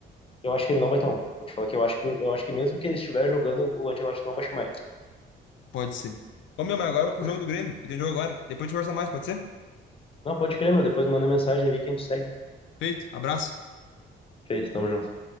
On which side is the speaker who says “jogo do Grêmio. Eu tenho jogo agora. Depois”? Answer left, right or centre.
Left